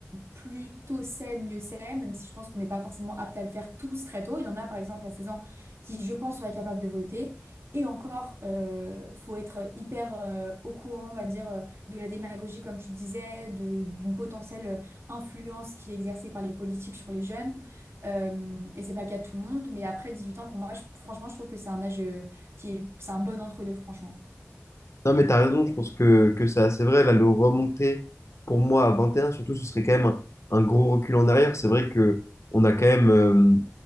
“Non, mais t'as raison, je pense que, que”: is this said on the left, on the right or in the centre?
Left